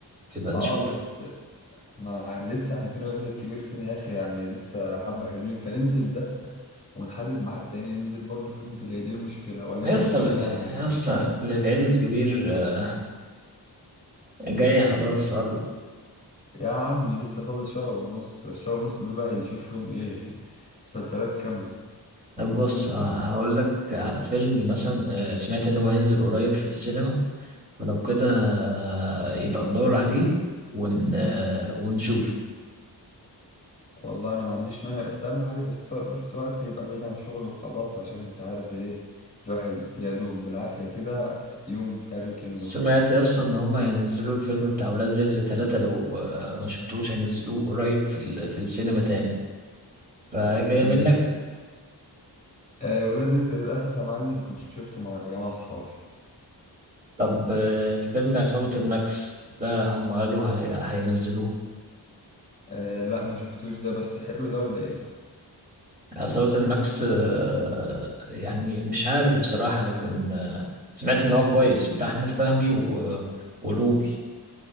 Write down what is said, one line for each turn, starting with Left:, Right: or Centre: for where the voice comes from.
Right: يبقى
Left: اه
Right: نشوف
Left: بس ما يعني لسه احنا فين الولد الكبير فين يا اخي يعني لسه حبة حلوين فننزل ده ونحدد ميعاد تاني ننزل برضو فيلم في العيد إيه المشكلة ولا
Right: يسطا
Left: انت للدرجة دي يعني مشغول
Right: يسطا العيد الكبير آه، جاي خلاص قرب
Left: يا عمي لسه فاضل شهر ونص الشهر ونص دول الواحد يشوف فيهم ايه <laughs> مسلسلات كاملة
Right: طب بص آه، هقول لك على فيلم مثلا آه، سمعت ان هو هينزل قريب في السينما فلو كده آه، يبقى ندور عليه ون... آه،
Left: مم.
Right: ونشوف
Left: والله انا ما عنديش مانع بس اهم حاجه تختار بس وقت يبقى بعيد عن شغل وخلاص عشان انت عارف ايه الواحد يا دوب بالعافيه كده يوم بتاع الويك اند
Right: سمعت
Left: وخلاص
Right: اصلا ان هم هينزلوا الفيلم بتاع ولاد رزق ثلاثة لو آه، ما شفتوش هينزلوه قريب في ال... في السينما تاني فجاي
Left: ال...
Right: منك
Left: آه ولاد رزق للاسف يا معلم كنت شفته مع جماعه اصحابي
Right: طب آه، فيلم عصابة الماكس ده هم قالوا هي... هينزلوه
Left: آه لا ما شفتوش ده بس حلو ده ولا ايه
Right: عصابة الماكس آه، يعني مش عارف بصراحة لكن آه، سمعت ان هو كويس بتاع احمد فهمي و... ولوب